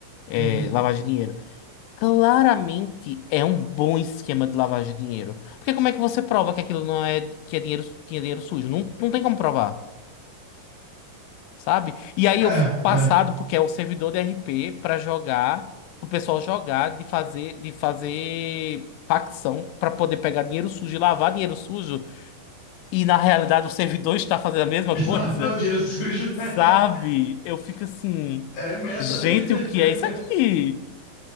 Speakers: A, on the left; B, on the left.
A: é,
B: Uhum.
A: lavagem de dinheiro. Claramente é um bom esquema de lavagem de dinheiro. Porque como é que você prova que aquilo não é, que é dinheiro, que é dinheiro sujo? Não, não tem como provar sabe? E aí
B: É,
A: eu fico passado
B: é.
A: porque é o servidor de RP para jogar, pro pessoal jogar, de fazer, de fazer facção para poder pegar dinheiro sujo e lavar dinheiro sujo, e na realidade o servidor <laughs> está fazendo a mesma
B: Estava
A: coisa,
B: lavando dinheiro sujo. <laughs>
A: sabe? Eu fico assim,
B: É meta.
A: gente,
B: <laughs>
A: o que é isso aqui?